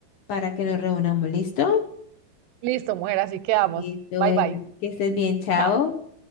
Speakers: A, on the left; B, on the right.
A: para que nos reunamos. ¿Listo?
B: Listo, mujer. Así quedamos.
A: Listo,
B: Bye,
A: bueno,
B: bye.
A: que estés bien, chao.
B: Chao.